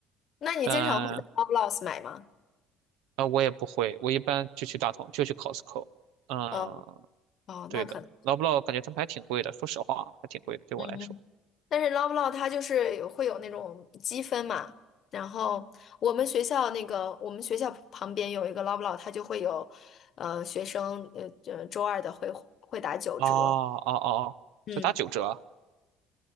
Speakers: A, on the left; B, on the right.
A: 那你经常会在
B: 但啊、
A: Loblaws 买吗？
B: 呃我也不会，我一般就去大同，就去 Costco。嗯，
A: 嗯，哦，
B: 对的，
A: 那可能。
B: 劳布劳感觉他们还挺贵的，说实话还挺贵的，对我来说。
A: 嗯嗯但是捞不捞 l 它就是有会有那种积分嘛，然后我们学校那个我们学校旁边有一个捞不捞，l 它就会有，呃，学生呃呃周二的会会打九折，
B: 哦哦哦哦，
A: 嗯，
B: 这打九折啊，